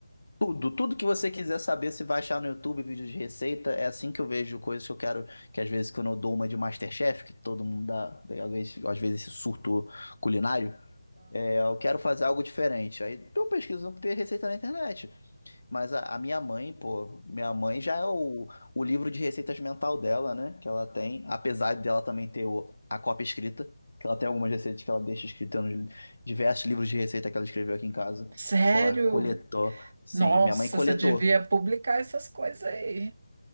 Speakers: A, on the left (about 80°); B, on the right (about 35°).
A: Tudo, tudo que você quiser saber, você vai achar no YouTube, vídeo de receita. É assim que eu vejo coisas que eu quero, que às vezes quando eu dou uma de Masterchef, que todo mundo dá, às vezes, às vezes esse surto culinário, é, eu quero fazer algo diferente. Aí eu pesquiso receita na internet. Mas a, a minha mãe, pô, minha mãe já é o, o livro de receitas mental dela, né? Que ela tem, apesar dela também ter o- a cópia escrita, que ela tem algumas receitas que ela deixa escrita nos diversos livros de receita que ela escreveu aqui em casa,
B: Sério?
A: que ela coletou. Sim,
B: Nossa,
A: minha mãe coletou,
B: você devia publicar essas coisas aí.